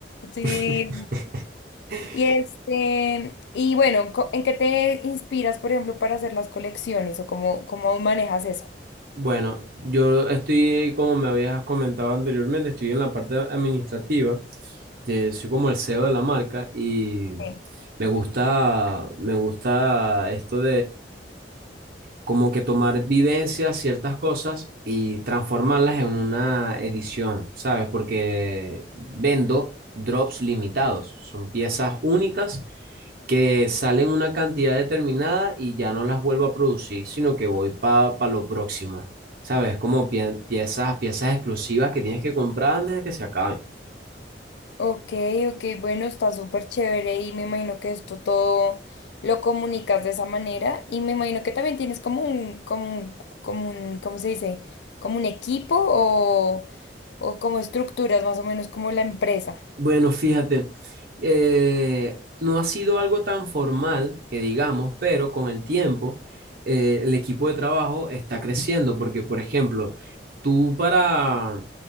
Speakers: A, on the left (about 70°); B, on the right (about 55°).
A: Sí,
B: <laughs>
A: Y este, y bueno, co- ¿en qué te inspiras, por ejemplo, para hacer las colecciones o cómo, cómo manejas eso?
B: Bueno, yo estoy, como me habías comentado anteriormente, estoy en la parte administrativa, eh, soy como el CEO de la marca y
A: Sí.
B: me gusta, me gusta esto como que tomar vivencias, ciertas cosas y transformarlas en una edición, ¿sabes? Porque vendo drops limitados, son piezas únicas que salen una cantidad determinada y ya no las vuelvo a producir, sino que voy para lo próximo, ¿sabes? Como pie- piezas, piezas exclusivas que tienes que comprar antes de que se acaben.
A: Ok, ok, bueno, está súper chévere y me imagino que esto todo lo comunicas de esa manera y me imagino que también tienes como un, como un, como un, ¿cómo se dice? Como un equipo o, o como estructuras más o menos como la empresa.
B: Bueno, fíjate, eh, no ha sido algo tan formal que digamos, pero con el tiempo eh, el equipo de trabajo está creciendo porque, por ejemplo, tú para,